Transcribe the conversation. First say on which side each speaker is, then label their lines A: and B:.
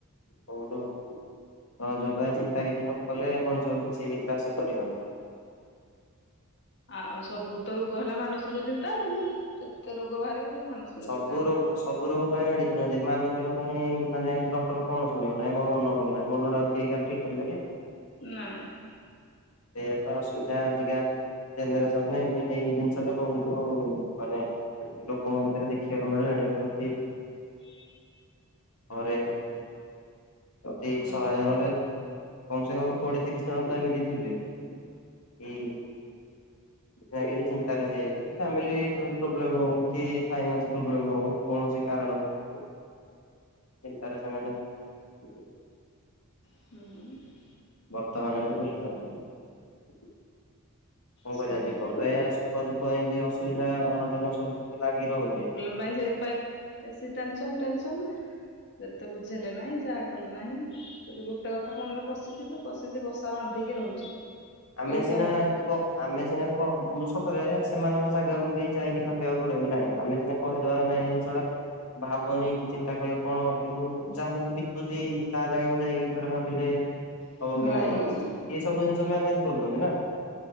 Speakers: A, on the left; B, on the left.
A: କଉଠୁ ସହଯୋଗ ଚିନ୍ତା କିଛି ନ। କଲେ ମଣିଷ କିଛି ଚାଷ କରିବନି।
B: ଆଉ ସବୁ ତ ରୋଗ ହେଲା ମାନସିକ ଚିନ୍ତା ଆଉ କେତେ ରୋଗ ବାହାରିବ ସବୁ ମାନସିକ
A: ସବୁ
B: ଚିନ୍ତା।
A: ରୋଗ ସବୁ ରୋଗ ପାଇଁ ମେଡିସିନ ଅଛି ମାନସିକ ପାଇଁ ମାନେ ଡକ୍ଟର କଣ ଶୁଣିବ ନାହିଁ ମୋ ମନ ଭଲ ନାହିଁ ମନଟା। କେହି କାହାର ଠିକ କରିପାରିବେ।
B: ନା
A: ଏଇଆ ତ ଅସୁବିଧା ଆଜିକା ଜେନେରେସନ ରେ ଏ ଏଇ ଜିନିଷ ଟା ବହୁତ ମାନେ। ଲୋକଙ୍କ ଭିତରେ ଦେଖିବାକୁ ମିଳିଲାଣି ପ୍ରତି।
B: ହ
A: ଘରେ ପ୍ରତି
B: ହୁଁ
A: ଶହେ ଜଣରେ। କମ ସେ କମ କୋଡିଏ ତିରିଶ ଜଣ ତ ଏମିତି ଥିବେ ହୁଁ। ନା କିଛି ଚିନ୍ତାରେ ସେ ଫାମିଲ ପ୍ରୋବ୍ଲେମ ହଉ କି। ଫାଇନାନ୍ସ ପ୍ରୋବଲେମ ହଉ କୌଣସି କାରଣରୁ ଚିନ୍ତାରେ ସେମାନେ। <unintelligible>
B: ହଁ
A: ବର୍ତ୍ତମାନ ବି ଭୁଲି ଯାଉଛନ୍ତି କଣ
B: ସେ
A: କରିବା ଜୀବନ ତ ଏଇଆ ସୁ ସୁଖ ଦୁଃଖ ଏମିତି ଅସୁବିଧା ଅନଧନ ସବୁ ବିଭିନ୍ନ ଲାଗି ରହୁଛି।
B: ନାଇ ସେଇଥିପାଇଁ ବେଶୀ ଟେନସନ ଟେନସନ। ଯେତେ ବୁଝେଇଲେ ନାହିଁ ଯାହା କଲେ ନାହିଁ ଯଦି ଗୋଟେ କଥା ମନରେ ପଶିଯିବ ତ। ପଶିଛି ବସା ବାନ୍ଧିକି ରହୁଛି।
A: ଆମେ
B: କେହି
A: ସିନା
B: ବାହାର କରିପାରୁନି
A: କ- ଆମେ ସିନା କ ମୁ ଷକରେ ସେମାନଙ୍କ ଜାଗାକୁ ବି ଯାଇକି ମାପିବାକୁ ପଡିବ କି ନାହିଁ। ଆମେ ସିନା କହିଦେବା ନାହିଁ ଏଇ ଜିନିଷଟା ଭାବନି କି ଚିନ୍ତା କଲେ କଣ ହ କିନ୍ତୁ ଯାହା ସହିତ ବିତୁଛି। ତା ଜାଗାକୁ ଯାଇକି ଥରେ ଭାବିଲେ। ହବ
B: ହୁଁ।
A: କି ନାଇଁ ଏ ସବୁ ଜିନିଷ ମ୍ୟାନେଜ କରୁଛନ୍ତି ନା।